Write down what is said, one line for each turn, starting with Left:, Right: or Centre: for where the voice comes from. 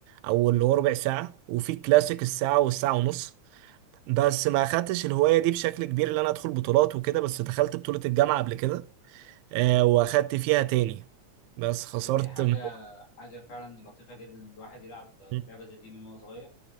Right: او اللي هو ربع ساعة وفي كلاسيك الساعة والساعة ونص بس ما اخدتش الهواية دي بشكل كبير اللي انا ادخل بطولات وكده بس دخلت بطولة الجامعة قبل كده آه، واخدت فيها تاني بس خسرت
Left: ده دي حاجة
Right: من
Left: حاجة فعلا لطيفة جدا إن الواحد يلعب آه،
Right: <laughs>
Left: لعبة زي دي من وهو صغير